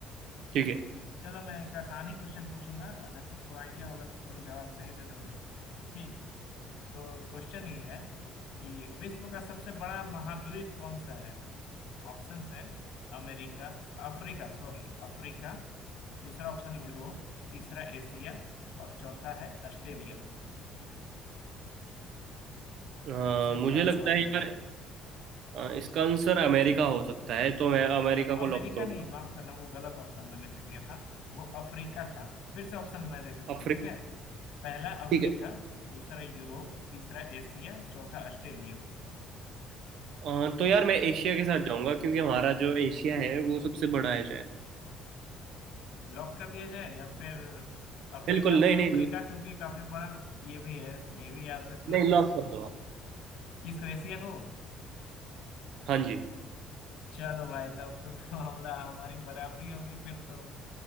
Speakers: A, on the right; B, on the left.
A: ठीक है
B: चलो मैं एक आसानी क्वेश्चन पूछूंगा अगर तुमको आइडिया होगा तो तुम जवाब सही दे दोगे ठीक है तो क्वेश्चन ये है कि विश्व का सबसे बड़ा महाद्वीप कौन सा है ऑप्शंस हैं अमेरिका अफ्रीका सॉरी अफ्रीका दूसरा ऑप्शन यूरोप तीसरा एशिया और चौथा है ऑस्ट्रेलिया
A: अ,
B: सबसे
A: मुझे
B: बड़ा
A: लगता
B: महाद्वीप
A: है यार अ, इसका आंसर अमेरिका हो सकता है तो मैं अमेरिका
B: अ,
A: को
B: अमेरिका
A: लॉक करूंगा
B: नहीं माफ करना वो गलत ऑप्शन मैंने दे दिया था वो अफ्रीका था फिर से ऑप्शन मैं दे देता
A: अफ्रीका
B: हूँ ठीक है पहला अफ्रीका
A: ठीक है
B: दूसरा यूरोप तीसरा एशिया चौथा ऑस्ट्रेलिया
A: अ, तो यार मैं एशिया के साथ जाऊंगा क्योंकि हमारा जो एशिया है वो सबसे बड़ा है शायद
B: लॉक कर दिया जाए या फिर अफ्रीका
A: बिल्कुल नहीं
B: अफ्रीका
A: नहीं
B: क्योंकि काफी बड़ा ये भी है ये भी याद रखना
A: नहीं लॉक कर दो
B: किसको एशिया को
A: हाँ जी
B: चलो भाई तब तो, तो हमला हमारी बराबरी हो गई फिर तो